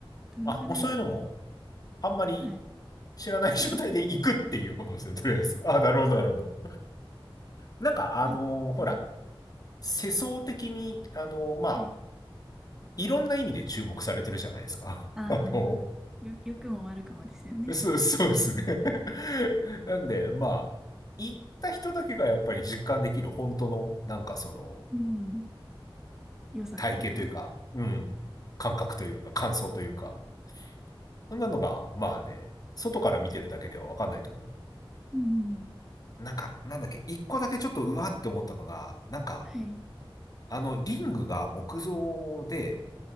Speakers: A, in the centre; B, on the left (about 45°).
A: どれぐらいなんだろう。
B: あ、もうそういうのも、あんまり
A: はい。
B: 知らない状態で行くっていうことですね、
A: <laughs>
B: とりあえず。あ、なるほど、なるほど。なんか、あのーほら、
A: なんか、うん、
B: 世相的に、あのーまあ、
A: はい。
B: いろんな意味で注目されてるじゃないですか。
A: ああ、
B: <laughs> あのー
A: よ、良くも悪くもですよね。
B: <laughs> そう、そうですね。<laughs> なんで、まあ、行った人だけがやっぱり実感できる本当の、なんかその、
A: うん良さっていうか。
B: 体験というか、うん、感覚というか、感想というか、そんなのが、まあね、外から見てるだけではわかんないと思う。
A: うん
B: なんか、なんだっけ、一個だけちょっとうわって思ったのが、なんか、
A: はい。
B: あの、リングが木造で、